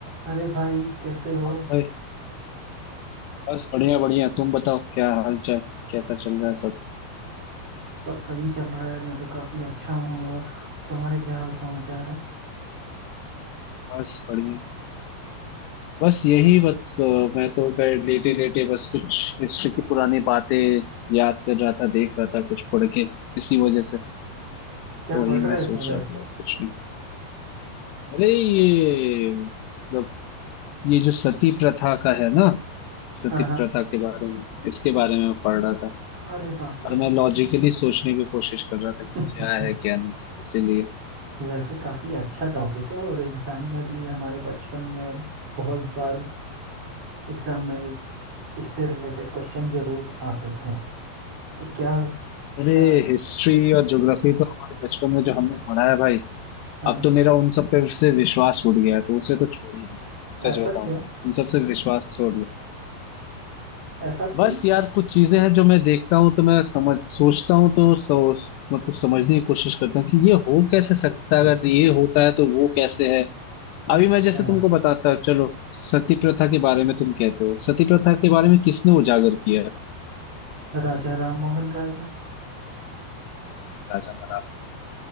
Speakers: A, on the right; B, on the left.
A: अरे भाई कैसे हो
B: और भाई बस बढ़िया बढ़िया तुम बताओ क्या हाल चाल कैसा चल रहा है सब
A: सब सही चल रहा है मैं तो काफी अच्छा हूँ और तुम्हारे क्या हाल समाचार है
B: बस बढ़िया बस
A: अच्छा
B: यही बस अ, मैं तो गए लेटे लेटे बस कुछ हिस्ट्री की पुरानी बातें याद कर रहा था देख रहा था कुछ पढ़ के इसी वजह से
A: क्या
B: तो वही
A: पढ़ रहे
B: मैं सोच
A: थे वैसे
B: रहा था और कुछ नहीं अरे ये मतलब ये जो सती प्रथा का है ना सती
A: हाँ हाँ
B: प्रथा के बारे में इसके बारे में मैं पढ़ रहा था
A: अरे बाप रे
B: और मैं लॉजिकली सोचने की कोशिश कर रहा था कि
A: <laughs>
B: क्या है क्या नहीं इसीलिए
A: वैसे काफी अच्छा टॉपिक है और एग्जाम में भी हमारे बचपन में बहुत बार एग्जाम में ये- इससे रिलेटेड क्वेश्चन जरूर आते थे तो क्या
B: अरे
A: क्या
B: हिस्ट्री और ज्योग्राफी तो हमारे बचपन में जो हमने पढ़ा है भाई
A: हाँ
B: अब तो मेरा उन सब पे से विश्वास उड़ गया है तो उसे तो छोड़ ही दो सच
A: ऐसा
B: बताऊं
A: क्यों
B: तो उन सब से विश्वास छोड़ गया
A: ऐसा क्यों
B: बस यार कुछ चीजें हैं जो मैं देखता हूँ तो मैं समझ सोचता हूँ तो सोच मतलब समझने की कोशिश करता हूँ कि ये हो कैसे सकता
A: <laughs>
B: है अगर ये होता है तो वो कैसे है
A: अच्छा
B: अभी मैं जैसे तुमको बताता हूँ चलो सती प्रथा के बारे में तुम कहते हो सती प्रथा के बारे में किसने उजागर किया है?
A: राजा राम मोहन राय
B: राजा मराठा